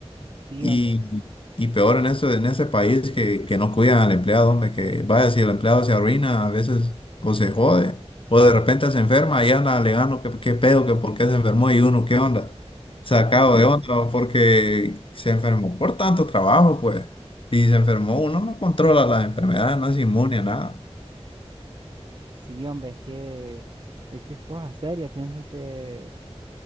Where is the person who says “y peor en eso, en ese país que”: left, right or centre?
Left